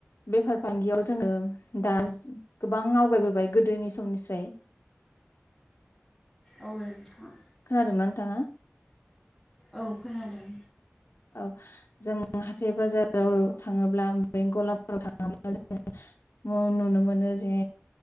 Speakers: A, on the left; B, in the centre.
A: बेफार फालांगियाव जोङो दाज गोबां आवगायबोबाय गोदोनि समनिसाय।
B: औ नोंथां।
A: खोनादोंना नोंथाङा?
B: औ खोनादों।
A: औ जों हाथाय बाजाराव थाङोब्ला बे गलाफोराव थाङोब्ला जों नुनो मोनो जे